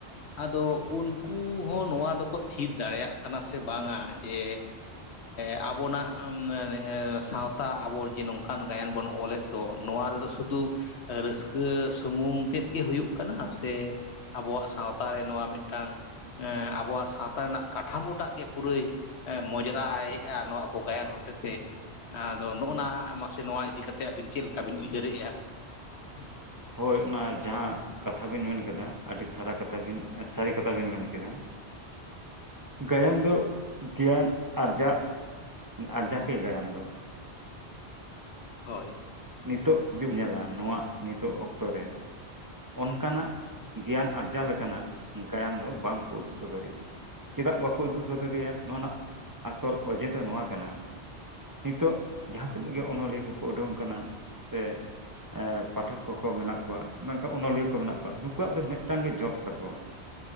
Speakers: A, on the left; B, on the right.
A: ᱟᱫᱚ ᱩᱱᱠᱩ ᱦᱚᱸ ᱱᱚᱣᱟ ᱫᱚᱠᱚ ᱛᱷᱤᱛ ᱫᱟᱲᱮᱭᱟᱜ ᱠᱟᱱᱟ ᱥᱮ ᱵᱟᱝᱟ ᱡᱮ ᱟᱵᱚᱱᱟᱜ ᱥᱟᱶᱛᱟ ᱟᱵᱚ ᱡᱮ ᱱᱚᱝᱠᱟᱱ ᱜᱟᱭᱟᱱ ᱵᱚᱱ ᱚᱞᱮᱫ ᱫᱚ ᱱᱚᱣᱟ ᱨᱮᱫᱚ ᱥᱩᱫᱩ ᱨᱟᱹᱥᱠᱟᱹ ᱥᱩᱢᱩᱝ ᱛᱮᱫ ᱜᱮ ᱦᱩᱭᱩᱜ ᱠᱟᱱᱟ ᱥᱮ ᱟᱵᱚᱣᱟᱜ ᱥᱟᱶᱛᱟ ᱨᱮ ᱱᱚᱣᱟ ᱢᱤᱫᱴᱟᱝ ᱟᱵᱚᱣᱟᱜ ᱥᱟᱶᱛᱟ ᱨᱮᱱᱟᱜ ᱠᱟᱴᱷᱟᱢᱚᱴᱟᱜ ᱜᱮ ᱯᱩᱨᱟᱹᱭ ᱢᱚᱡᱽᱨᱟᱭ ᱱᱚᱣᱟ ᱟᱵᱚ ᱜᱟᱭᱟᱱ ᱦᱚᱛᱮ ᱛᱮ ᱟᱫᱚ ᱱᱚᱜᱼᱚ ᱱᱟᱥ ᱥᱮ ᱱᱚᱣᱟ ᱤᱫᱤ ᱠᱟᱛᱮ ᱟᱹᱵᱤᱱ ᱪᱮᱫ ᱞᱮᱠᱟ ᱵᱤᱱ ᱩᱭᱦᱟᱹᱨ ᱮᱜᱼᱟ᱾ <inaudible>
B: ᱦᱚᱭ ᱚᱱᱟ ᱡᱟᱦᱟᱸ ᱠᱟᱛᱷᱟ ᱵᱤᱱ ᱢᱮᱱ ᱠᱮᱫᱟ ᱟᱹᱰᱤ ᱥᱟᱨᱟ ᱠᱟᱛᱷᱟ ᱵᱤᱱ ᱥᱟᱹᱨᱤ ᱠᱟᱛᱷᱟ ᱵᱤᱱ ᱢᱮᱱ ᱠᱮᱫᱟ᱾ ᱜᱟᱭᱟᱱ ᱫᱚ ᱜᱮᱭᱟᱱ ᱟᱨᱡᱟᱜ ᱟᱨᱡᱟᱣ ᱜᱮ ᱜᱟᱭᱟᱱ ᱫᱚ
A: ᱦᱳᱭ
B: ᱱᱤᱛᱚᱜ ᱡᱩᱫᱤᱢ ᱧᱮᱞᱟ ᱱᱚᱣᱟ ᱱᱤᱛᱚᱜ ᱚᱠᱛᱚ ᱨᱮ ᱚᱱᱠᱟᱱᱟᱜ ᱜᱮᱭᱟᱱ ᱟᱨᱡᱟᱣ ᱞᱮᱠᱟᱱᱟᱜ ᱜᱟᱭᱟᱱ ᱫᱚ ᱵᱟᱝᱠᱚ ᱩᱫᱩᱜ ᱥᱚᱫᱚ ᱨᱮᱜᱼᱟ᱾ ᱪᱮᱫᱟᱜ ᱵᱟᱠᱚ ᱩᱫᱩᱜ ᱥᱚᱫᱚ ᱨᱮᱭᱟ ᱱᱚᱣᱟ ᱨᱮᱱᱟᱜ ᱟᱥᱚᱞ ᱚᱡᱮ ᱫᱚ ᱱᱚᱣᱟ ᱠᱟᱱᱟ ᱱᱤᱛᱚᱜ ᱡᱟᱦᱟᱸ ᱛᱤᱱᱟᱹᱜ ᱜᱮ ᱚᱱᱚᱞᱤᱭᱟᱹ ᱠᱚᱠᱚ ᱩᱰᱩᱝ ᱠᱟᱱᱟ᱾ ᱥᱮ ᱮᱸ ᱯᱟᱴᱷᱚᱠ ᱠᱚ ᱠᱚ ᱢᱮᱱᱟᱜ ᱠᱚᱣᱟ᱾ ᱢᱮᱱᱠᱷᱟᱱ ᱠᱟ ᱚᱱᱚᱞᱤᱭᱟᱹ ᱠᱚ ᱢᱮᱱᱟᱜ ᱠᱚᱣᱟ ᱱᱩᱠᱩᱣᱟᱜ ᱫᱚ ᱢᱤᱫᱴᱟᱝ ᱜᱮ ᱡᱚᱥ ᱛᱟᱠᱚ